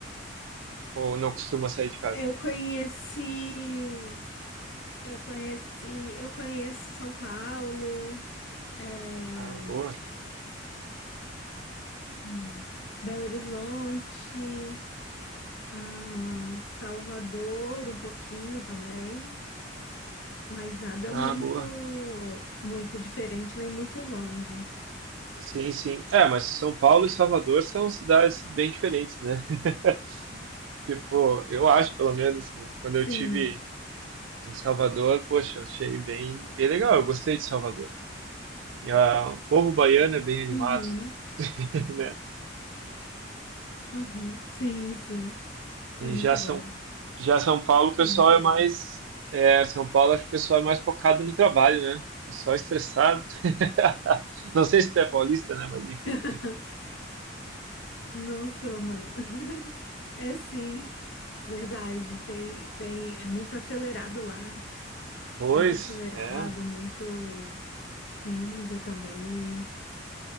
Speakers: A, on the right; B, on the left.
A: ou não costuma sair de casa?
B: Eu conheci. Eu conheci, eu conheço São Paulo, eh,
A: Ah, boa.
B: hum, Belo Horizonte, ah, Salvador um pouquinho também, mas nada
A: Ah,
B: muito,
A: boa.
B: muito diferente nem muito longe.
A: Sim, sim. É, mas São Paulo e Salvador são cidades bem diferentes, né? <laughs> Tipo, eu acho, pelo menos, quando
B: Sim,
A: eu tive em Salvador, poxa, eu achei bem, bem legal. Eu gostei de Salvador. E ah, o povo baiano é bem animado,
B: uhum,
A: <laughs> né?
B: uhum, sim, sim, é
A: E
B: muito
A: já São,
B: bom,
A: já São Paulo, o pessoal
B: é muito
A: é
B: bom.
A: mais. É, São Paulo, acho que o pessoal é mais focado no trabalho, né? O pessoal é estressado. <laughs> Não sei se tu é paulista, né? Mas enfim.
B: <laughs> Não sou, não. <laughs> É sim, verdade. Tem, tem, é muito acelerado lá.
A: Pois,
B: Muito acelerado,
A: é,
B: muito cinza também.